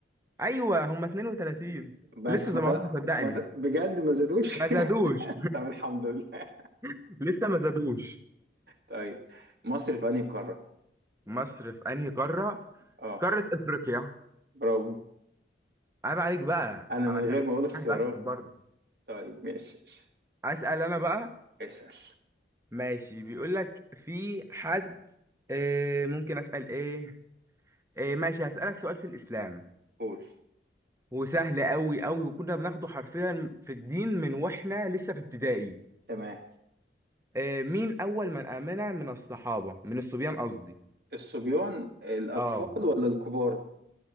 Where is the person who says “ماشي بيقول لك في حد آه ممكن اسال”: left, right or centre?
Right